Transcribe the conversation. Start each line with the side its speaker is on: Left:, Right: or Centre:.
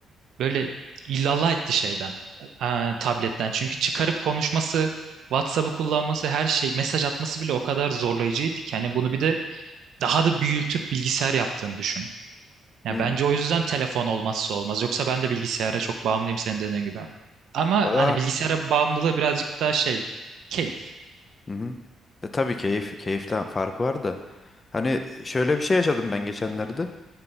Right: Böyle illallah etti şeyden, e, tabletten. Çünkü çıkarıp konuşması, WhatsApp'ı kullanması, her şey, mesaj atması bile o kadar zorlayıcıydı ki. Yani bunu bir de daha da büyütüp bilgisayar yaptığını düşün. Yani
Left: Hı.
Right: bence o yüzden telefon olmazsa olmaz. Yoksa ben de bilgisayara çok bağımlıyım senin dediğin gibi. Ama
Left: Valla.
Right: hani bilgisayara bağımlılığı birazcık daha şey, keyif.
Left: Hı hı. E, tabii keyif, keyiften farkı var da. Hani şöyle bir şey yaşadım ben geçenlerde.